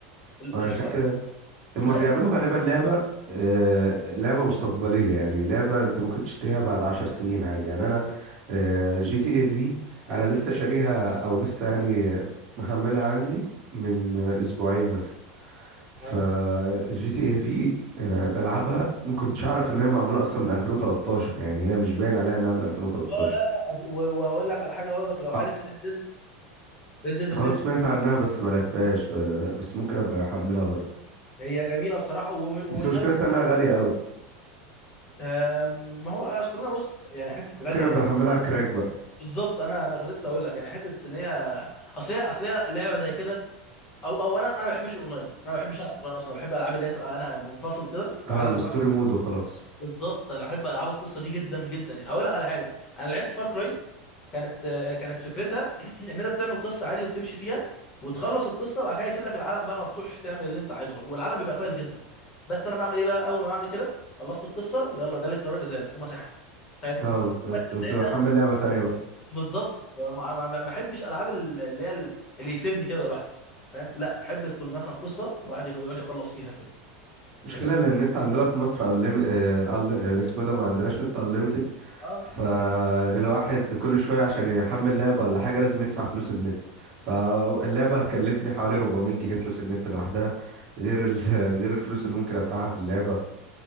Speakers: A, on the left; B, on the right.
A: ال-
B: ما
A: الحوار
B: عشان كده
A: متخيل
B: هما بيعملوا غالبا لعبة آه، لعبة مستقبلية يعني لعبة انت ممكن تشتريها بعد عشر سنين عادي يعني انا جي تي اي في انا لسه شاريها او لسه يعني محملها عندي من آه، اسبوعين مثلا ف
A: اه
B: جي تي اي في بلعبها ما كنتش اعرف انها معمولة اصلا من 2013 يعني هي مش باين عليها انها من 2013
A: اه لا لا أدي- و- واقول لك على حاجه برضك لو عارف
B: اه
A: ريد ديد ريد ديد
B: آه، سمعت عنها بس ما لعبتهاش آه، بس ممكن ابقى احملها برضه
A: هي جميله بصراحه ومن, ومن
B: بس مشكلتها
A: نفس السنه
B: انها غالية قوي
A: آم، ما هو اصل انا بص يعني حته
B: ممكن
A: غاليه
B: ابقى
A: ديت
B: احملها كراك بقى
A: بالظبط انا انا كنت لسه اقول لك يعني حته ان هي اصل هي اصل هي لعبه زي كده او اولا انا ما بحبش الاونلاين انا ما بحبش العب اونلاين اصلا بحب العاب اللي هي تبقى انا منفصل كده في
B: اه
A: عالم
B: الستوري
A: لوحدي
B: مود وخلاص
A: بالظبط انا بحب العاب القصه دي جدا جدا يعني اقول لك على حاجه انا لعبت فار كراي كانت آه، كانت فكرتها <clears throat> ان انت بتعمل قصه عادي وبتمشي فيها وتخلص القصه وبعد كده يسيب لك العالم بقى مفتوح تعمل اللي انت عايزه والعالم بيبقى كويس جدا بس انا بعمل ايه بقى اول ما بعمل كده خلصت القصه يلا جالي قرار ازاله ومسحها فاهم
B: اه بالظبط
A: فاكر سايب
B: وتحمل
A: لي اصلا
B: لعبة تانية بقى
A: بالظبط ما ما- ما- ما احبش العاب اللي هي اللي يسيبني كده لوحدي فاهم لا احب تكون مثلا قصه الواحد يخ- يقعد يخلص فيها كده
B: مشكلة
A: فاهمني
B: لأن النت عندنا في مصر أنليم... آه... أل... آه، اسمه ده ما عندناش نت أنليمتد
A: اه
B: فالواحد كل شوية عشان يحمل لعبة ولا حاجة لازم يدفع فلوس النت فاللعبة هتكلفني حوالي 400 جنيه فلوس النت لوحدها غير ال... <laughs> غير الفلوس اللي ممكن أدفعها في اللعبة